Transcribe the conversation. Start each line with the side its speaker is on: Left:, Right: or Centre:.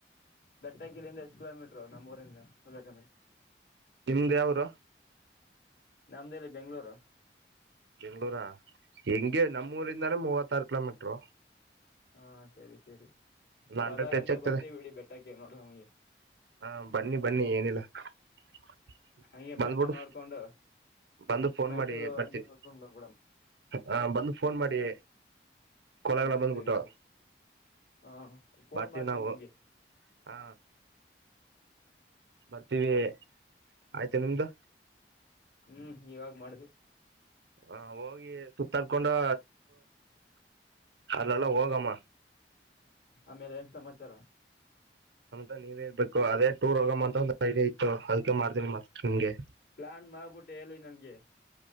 Left: ಬೆಟ್ಟ ಕಿಲೆಯಿಂದ ಎಷ್ಟು ಕಿಲೋಮೀಟರ್ ಅವರು ನಮ್ಮೂರಿಂದ ಬೇಕಂದ್ರೆ
Right: ನಿಮ್ದ ಯಾವರು
Left: ನಮ್ದಲ್ಲಿ ಬೆಂಗಳೂರು
Right: ಬೆಂಗ್ಗಳೂರ ಹೆಂಗೆ ನಮ್ಮೂರಿಂದಾನ ಮೂವತ್ತಾರು ಕಿಲೋಮೀಟರು
Left: ಹಾ ಸರಿ ಸರಿ
Right: ಒಂದು ಹಂಡ್ರೆಡ್
Left: ಬರಾಗಂಗೆ
Right: ಟಚ್ ಆಗ್ತದೆ
Left: ಬರ್ತೇ ಬಿಡಿ ಬೆಟ್ಟಕ್ಕೆ ನೋಡ್ರ ನಮಗೆ
Right: ಹ ಬನ್ನಿ <unintelligible>
Left: ಹಂಗೆ
Right: ಬಂದ್ಬಿಟ್ಟು
Left: ಬೆಟ್ಟ ನೋಡ್ಕೊಂಡು
Right: ಬಂದು ಫೋನ್
Left: ಮೈಸೂರು
Right: ಮಾಡಿ ಬರ್ತೀವಿ
Left: ಅಂಗಿನಕೊಂಡ್ ಬಬಡ
Right: ಹ ಬಂದು ಫೋನ್ ಮಾಡಿ ಕೊಲಗಳ
Left: ಹಾ
Right: ಬಂದ್ಬಿಟ್ಟು
Left: ಸರಿ ಸರಿ ಹಾ ಫೋನ್
Right: ಬರ್ತೀವಿ
Left: ಮಾಡ್ತೇನ
Right: ನಾವು
Left: ನಿಮ್ಗೆ
Right: ಹ ಬರ್ತೀವಿ ಆಯ್ತು ನಿಮ್ದು
Left: ಹ್ಮ್ ಇವಾಗ ಮಾಡ್
Right: ಹ ಹೋಗಿ ಸುತ್ತಾಡ್ಕೊಂಡು ಅಲ್ಲಲ್ಲ ಹೋಗಾಮ
Left: ಆಮೇಲೆ ಏನು ಸಮಾಚಾರ
Right: ಸಮಂತ ನೀವೇಳ್ಬೇಕು ಅದೇ ಟೂರ್ ಹೋಗಂತ ಇತ್ತು ಅದಕ ಮಾಡ್ದ ಮತ್ತೆ ನಿಮ್ಗೆ
Left: ಪ್ಲಾನ್ ಮಾಡ್ಬಿಟ್ಟು ಹೇಳಿ ನನ್ಗೆ